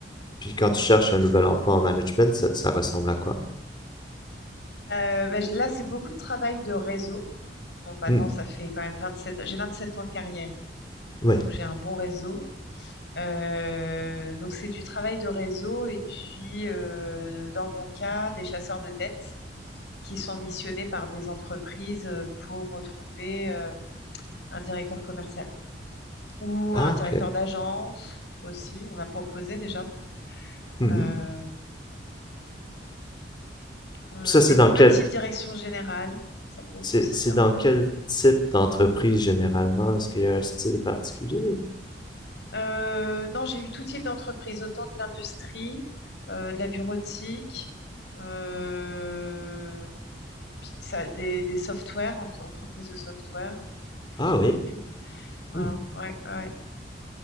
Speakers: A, on the left (about 25°); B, on the left (about 70°).
A: puis quand tu cherches un nouvel emploi en management, ça, ça ressemble à quoi?
B: Euh, ben, je- là, c'est beaucoup de travail de réseau. Bon, maintenant,
A: Hmm.
B: ça fait quand même 27 j'ai 27 ans de carrière,
A: Ouais.
B: donc j'ai un bon réseau. Euh, donc, c'est du travail de réseau et puis, euh, dans mon cas, des chasseurs de tête qui sont missionnés par des entreprises euh, pour retrouver euh, un directeur commercial ou
A: Ah,
B: un directeur
A: ok.
B: d'agence aussi, on m'a proposé déjà.
A: Mhm.
B: Euh, euh,
A: Ça, c'est
B: des petites
A: dans quel,
B: directions générales, ça peut être
A: c'est,
B: aussi
A: c'est
B: ça.
A: dans quel type d'entreprise généralement? Est-ce qu'il y a un style particulier
B: Euh, non, j'ai eu tout type d'entreprise, autant de l'industrie, euh, de la bureautique, euh, puis ça- des, des softwares, en- entreprises de software, plus
A: Ah
B: dans
A: oui.
B: mon milieu. Voilà,
A: Hmm.
B: ouais, ouais.